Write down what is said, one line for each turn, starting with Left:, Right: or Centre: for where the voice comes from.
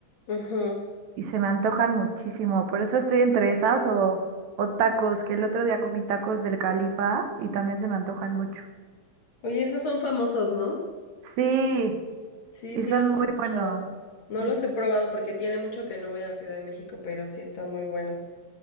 Left: Ujú.
Right: y se me antojan muchísimo. Por eso estoy entre esas o, o tacos, que el otro día comí tacos del Califa y también se me antojan mucho.
Left: Oye, esos son famosos, ¿no?
Right: Sí,
Left: Sí,
Right: y
Left: sí
Right: son
Left: los
Right: muy
Left: he escuchado.
Right: buenos.
Left: No
Right: Ujú.
Left: los he probado porque tiene mucho que no voy a Ciudad de México, pero sí están muy buenos.